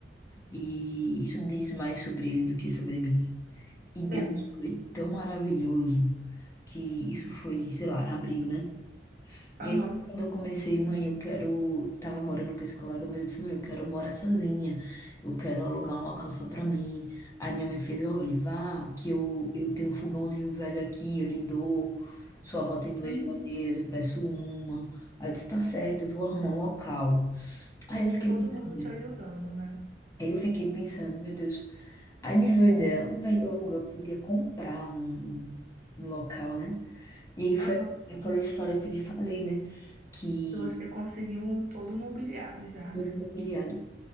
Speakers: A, on the left; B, on the right.
A: E isso diz mais sobre ele do que sobre mim. E Deus
B: É,
A: foi tão maravilhoso que isso foi, sei lá, abriu, né? E
B: aham.
A: aí, quando eu comecei, mãe, eu quero. Tava morando com esse colega, mas eu disse, mãe, eu quero morar sozinha. Eu quero alugar um local só pra mim. Aí minha mãe fez, olha, vá, que eu, eu tenho um fogãozinho velho aqui, eu lhe dou. Sua avó tem duas
B: Uhum.
A: geladeiras, eu peço uma. Aí eu disse, tá certo, eu vou arrumar um local. Aí eu fiquei
B: Todo
A: pensando,
B: mundo te ajudando, né?
A: aí eu fiquei pensando, meu Deus. Aí me veio a ideia, ao invés de eu alugar, eu podia comprar um, um, um local, né? E aí foi
B: Aham.
A: aquela história que eu lhe falei, né? Que
B: E Você conseguiu um todo mobiliado já,
A: Todo
B: né?
A: mobiliado.